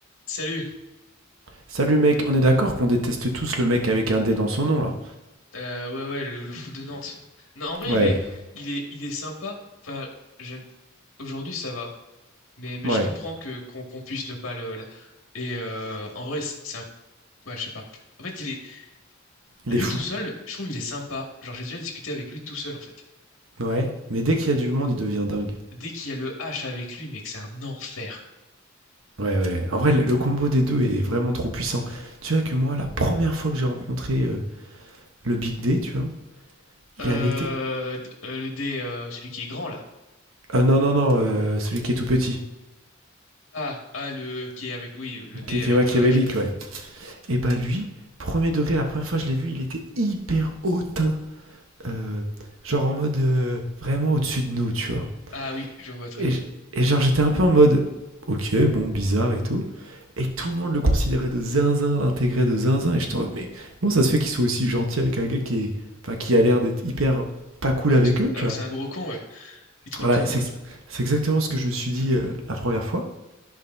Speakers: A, on the left (about 75°); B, on the right (about 75°).
A: Salut.
B: Salut mec, on est d'accord qu'on déteste tous le mec avec un D dans son nom là.
A: Euh, ouais, ouais, le, le foot de Nantes. Non, en vrai,
B: Ouais,
A: il est, il est, il est sympa. Enfin, j'aime. Aujourd'hui, ça va. Mais, mais
B: ouais,
A: je comprends que qu'on qu'on puisse ne pas le. la- Et euh, en vrai, c'est c'est un. Ouais, je sais pas. En fait, il est
B: il
A: lui
B: est fou.
A: tout seul. Je trouve il est sympa. Genre, j'ai déjà discuté avec lui tout seul en fait.
B: Ouais, mais dès qu'il y a du monde, il devient dingue.
A: Dès qu'il y a le H avec lui, mec, c'est un enfer.
B: Ouais, ouais. En vrai, le le combo des deux est vraiment trop puissant. Tu vois que moi, la première fois que j'ai rencontré euh, le Big D, tu vois, il
A: Euh,
B: avait été.
A: d- euh, le D, euh, celui qui est grand là.
B: Ah non, non, non, euh, celui qui est tout petit,
A: Ah, ah, le qui est avec, oui, le D
B: qui est, qui
A: avec
B: est machiavélique,
A: le H là.
B: ouais. Et bah lui, premier degré, la première fois que je l'ai vu, il était hyper hautain. euh, genre en mode euh, vraiment au-dessus de nous, tu vois.
A: Ah oui, je vois très
B: Et,
A: bien.
B: je- et genre j'étais un peu en mode, ok, bon, bizarre et tout. Et tout le monde le considérait de zinzin, l'intégrait de zinzin. Et j'étais en mode, mais comment ça se fait qu'ils soient aussi gentils avec un gars qui, est, enfin, qui a l'air d'être hyper pas cool
A: Alors
B: avec
A: que,
B: eux,
A: alors
B: tu vois
A: que c'est un gros con, ouais. Il troll
B: Voilà,
A: tout le
B: c'est
A: monde.
B: c'est exactement ce que je me suis dit euh, la première fois.